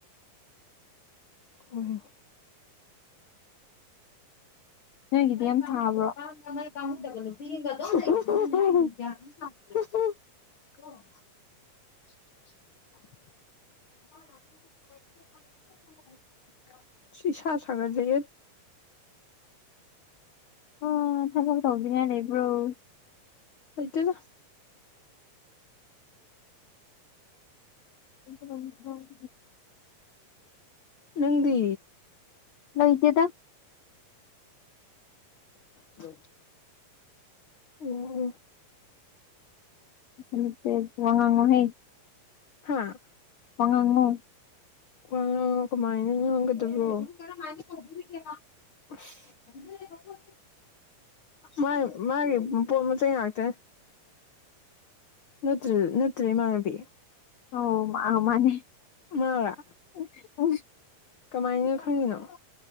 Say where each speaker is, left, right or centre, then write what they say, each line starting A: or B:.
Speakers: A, on the left; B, on the left.
A: ꯍꫭꯏꯅꯦ
B: ꯅꯣꯏꯒꯤꯗꯤ
A: UNINTELLIGIBLE
B: ꯌꯥꯝ ꯊꯥꯕ꯭ꯔꯣ
A: <inaudible> <inaudible>
B: <inaudible>
A: <inaudible> UNINTELLIGIBLE ꯁꯤ ꯁꯥ ꯁꯥꯒꯠꯂꯦ
B: ꯑꯥ ꯊꯕꯛ ꯇꯧꯗꯅꯤꯉꯥꯏ ꯂꯩꯕꯔꫭ
A: ꯂꯩꯇꯗ
B: UNINTELLIGIBLE
A: ꯅꯪꯗꯤ
B: ꯂꯩꯇꯦꯗꯥ
A: ꯍꯜꯂꫭ ꯎꯝ ꯎꯝ
B: UNINTELLIGIBLE ꯋꯥ ꯉꯥꯡꯑꫭ ꯍꯦ
A: ꯍꯥꯥ
B: ꯉꯥꯡꯉꯣ
A: ꯋꯥ ꯉꯥꯡꯑꫭ ꯀꯃꯥꯏꯅ ꯉꯥꯡꯒꯗꯕ꯭ꯔꯣ UNINTELLIGIBLE ꯑꯁ <inaudible> UNINTELLIGIBLE ꯃꯥ ꯃꯥꯒꯤ ꯄꯣꯠ ꯃꯆꯩ ꯉꯥꯛꯇꯦ ꯅꯠꯇ꯭ꯔꯦ ꯅꯠꯇ꯭ꯔꯦ ꯏꯃꯥꯟꯅꯕꯤ
B: ꯑꯣ ꯃꯥ ꯃꯥꯅꯦ
A: ꯃꯥꯔ
B: UNINTELLIGIBLE
A: ꯀꯃꯥꯏꯅ ꯈꯪꯉꯤꯅꯣ